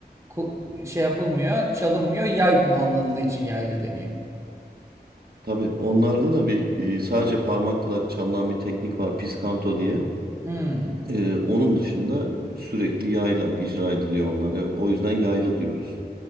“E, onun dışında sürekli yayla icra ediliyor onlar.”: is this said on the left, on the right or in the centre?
Right